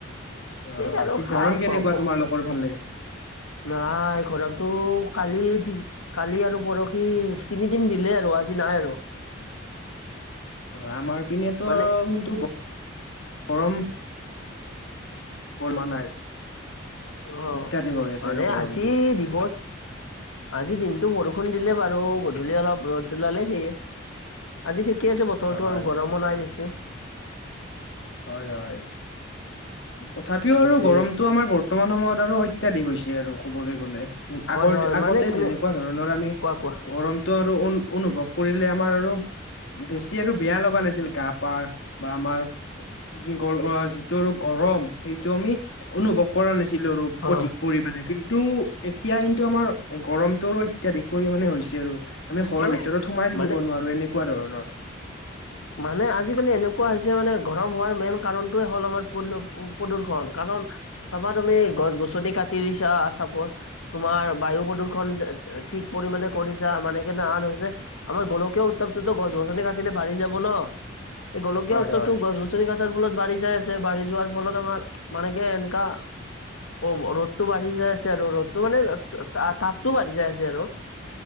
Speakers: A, on the left; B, on the left.
A: অ
B: ঠিক
A: বাকী
B: আৰু খা
A: গৰম
B: ভ
A: কেনেকুৱা
B: ভ
A: তোমালোকৰ ফালে
B: নাই গৰমটো কালি কালি আৰু পৰখি তিনিদিন দিলে আৰু আজি নাই আৰু
A: অ আমাৰ ইপিনেতো
B: মানে
A: কিন্তু গৰম বৰ্মা নাই
B: অ
A: অত্যাধিক হৈ আছে
B: মানে
A: আৰু গৰমটো।
B: আজি দিৱস আজি দিনটো বৰষুণ দিলে বাৰু গধূলি অলপ ৰ'দ দিলে সেয়ে আজি ঠিকে আছে বতৰটো
A: হয়,
B: আৰু গৰমো নাই বেছি
A: হয় হয় তথাপিও আৰু
B: পিছে
A: গৰমটো আমাৰ বৰ্তমান সময়ত আৰু অত্যাধিক হৈছে আৰু ক'বলৈ গলে
B: হয়
A: আগৰ
B: হয়
A: আগতে
B: মানে কেনে
A: যেনেকুৱা ধৰণৰ আমি
B: কোৱা কোৱা
A: গৰম আৰু অনুভৱ কৰিলে আমাৰ আৰু বেছি আৰু বেয়া লগা নাছিল গা পা বা আমাৰ গল যিটো আৰু গৰম সেইটো আমি অনুভৱ কৰা নাছিলো আৰু
B: অ'
A: অধিক পৰিমাণে কিন্তু এতিয়া কিন্তু আমাৰ গৰমটো অত্যাধিক পৰিমাণে হৈছে আৰু আমি ঘৰৰ
B: মানে
A: ভিতৰত সোমাই থাকিব
B: মানে
A: নোৱাৰো এনেকুৱা ধৰণৰ
B: <inaudible> মানে আজিকালি এনেকুৱা হৈছে মানে গৰম হোৱাৰ মেইন কাৰণটোৱে হ'ল আমাৰ প্ৰ প্ৰদূৰ্ষণ কাৰণ চাবা তুমি গছ-গছনি কাটি দিছা চাপজ তোমাৰ বায়ু প্ৰদূষণ ঠিক পৰিমমানে কৰিছা মানে কেনেহান হৈছে আমাৰ গোলকীয় উত্তাপতো টো গছ-গছনি কাটিলে বাঢ়ি যাব ন এই গলকীয়া
A: হয়
B: উত্তাপটো
A: হয়
B: গছ গছনি কাটাৰ ফলত বাঢ়ি যাই আছে বাঢ়ি যোৱাৰ ফলত আমাৰ মানে কি এনেকুৱা অ ৰ'দটো বাঢ়ি যাই আছে আৰু ৰ'দটো মানে তাপটো বাঢ়ি যাই আছে আৰু